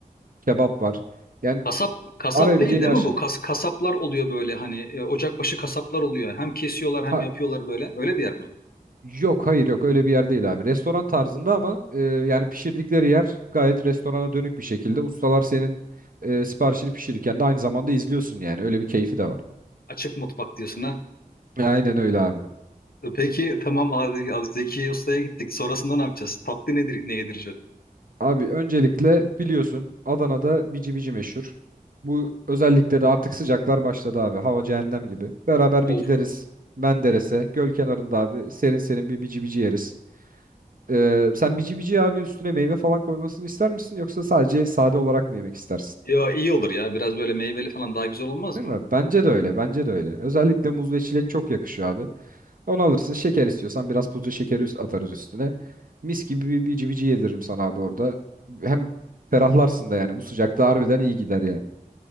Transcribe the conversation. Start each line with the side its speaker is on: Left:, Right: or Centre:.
Right: kebap var. Yani
Left: Kasap kasap
Right: arayabileceğin
Left: değil değil
Right: her
Left: mi
Right: şey.
Left: bu? Kas, kasaplar oluyor böyle hani e, ocakbaşı kasaplar oluyor. Hem kesiyorlar
Right: Ha
Left: hem yapıyorlar böyle. Öyle bir yer mi?
Right: yok hayır yok öyle bir yer değil abi. Restoran tarzında ama e, yani pişirdikleri yer gayet restorana dönük bir şekilde. Ustalar senin e, siparişini pişirirken de aynı zamanda izliyorsun yani. Öyle bir keyfi de var.
Left: Açık mutfak diyorsun ha.
Right: Aynen öyle abi.
Left: E, Peki tamam abi, Zeki Usta'ya gittik. Sonrasında ne yapacağız? Tatlı nedir, ne yedireceksin?
Right: Abi öncelikle biliyorsun Adana'da bici bici meşhur. Bu özellikle de artık sıcaklar başladı abi. Hava cehennem gibi. Beraber
Left: Of.
Right: bir gideriz Menderes'e. Göl kenarında abi serin serin bir bici bici yeriz. Ee, sen bici bici abi üstüne meyve falan koymasını ister misin yoksa sadece sade olarak mı yemek istersin?
Left: Ya iyi olur ya. Biraz böyle meyveli falan daha güzel olmaz
Right: Değil
Left: mı?
Right: mi? Bence de öyle. Bence de öyle. Özellikle muz ve çilek çok yakışıyor abi. Onu alırsın. Şeker istiyorsan biraz pudra şekeri üst atarız üstüne. Mis gibi bir bici bici yediririm sana abi orada. Hem ferahlarsın da yani. Bu sıcakta harbiden iyi gider ya.